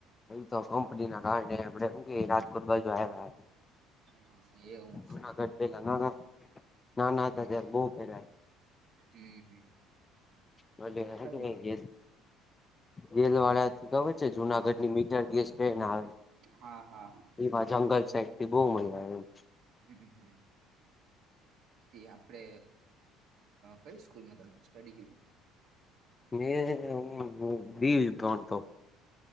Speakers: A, on the left (about 15°); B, on the right (about 55°).
A: એ તો કંપની ના ના ન આપે શું કે રાજકોટ બાજુ આવ્યા.
B: હા એવું
A: જુનાગઢ
B: છે
A: પેલા નાના નાના
B: હમ.
A: હતા ત્યારે બહુ પેલા
B: હમ હમ.
A: <unintelligible>
B: કઈ
A: વલવાડ. ખબર છે જુનાગઢ ની મીટર ગેસ ટ્રેન હા.
B: હા હા
A: એવા જંગલ સાઈડ થી બહુ મજા આવે એમ.
B: હમ હમ. આપણે કઈ સ્કૂલમાં તમે સ્ટડી.
A: મે હ બીણ તો.